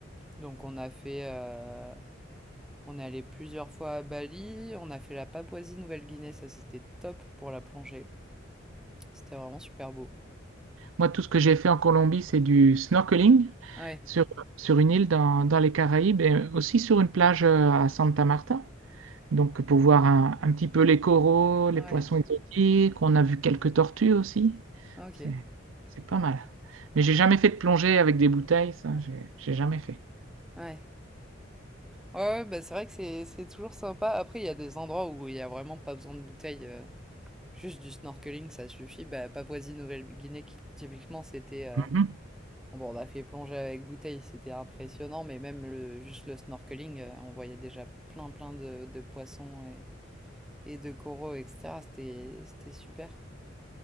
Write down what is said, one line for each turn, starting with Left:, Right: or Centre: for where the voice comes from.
Centre: Donc on a fait, euh, on est allé plusieurs fois à Bali, on a fait la Papouasie-Nouvelle-Guinée, ça c'était top pour la plongée. C'était vraiment super beau.
Right: Moi, tout ce que j'ai fait en Colombie, c'est du snorkeling
Centre: Ouais,
Right: sur, sur une île dans, dans les Caraïbes et aussi sur une plage euh, à Santa Marta. Donc, pour voir un, un petit peu les coraux, les
Centre: ouais,
Right: poissons exotiques, on a vu quelques tortues aussi.
Centre: ok,
Right: C'est,
Centre: ouais.
Right: c'est pas mal. Mais j'ai jamais fait de plongée avec des bouteilles, ça, j'ai j'ai jamais fait.
Centre: Ouais, ouais, bah c'est vrai que c'est c'est toujours sympa. Après il y a des endroits où il y a vraiment pas besoin de bouteille. euh, Juste du snorkeling, ça suffit. Bah, Papouasie-Nouvelle-Guinée, qui- typiquement, c'était. euh,
Right: Mhm.
Centre: Bon, on a fait plonger avec bouteille, c'était impressionnant, mais même le, juste le snorkeling, euh, on voyait déjà plein, plein de, de poissons et, et de coraux, etc. C'était, c'était super.